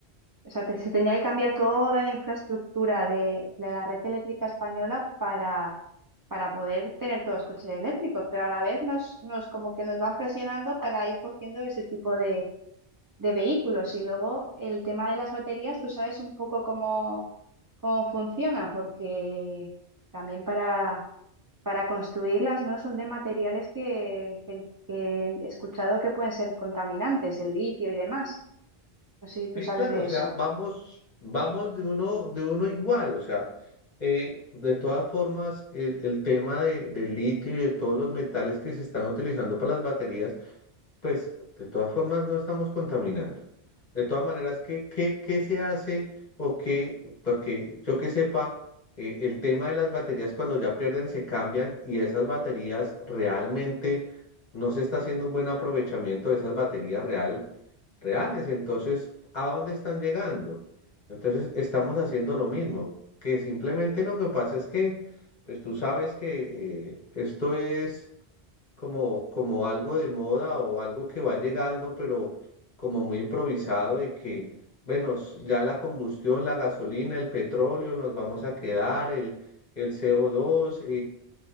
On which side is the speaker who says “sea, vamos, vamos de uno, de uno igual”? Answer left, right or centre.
Left